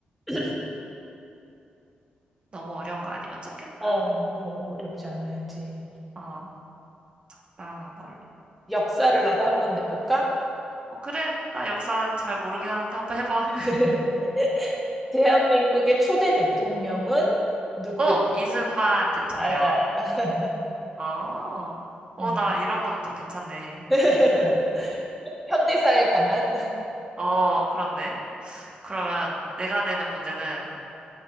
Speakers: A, in the centre; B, on the right.
A: <clears throat>
B: 너무 어려운 거 아니면 좋겠다.
A: 어, 너무 어렵지 않아야지.
B: 어. 다양한 걸로.
A: 역사를 나도 한번 내볼까?
B: 어, 그래. 나 역사 잘 모르긴 하는데 한번 해봐.
A: <laughs> 대한민국의 초대 대통령은 누구일까요?
B: <laughs> 어, 이승만 대통령.
A: 맞아. <laughs>
B: 어, 어,
A: 음.
B: 나 이런 거는 또 괜찮네.
A: <laughs> 현대사에 강한
B: 어, 그렇네. 그러면 내가 내는 문제는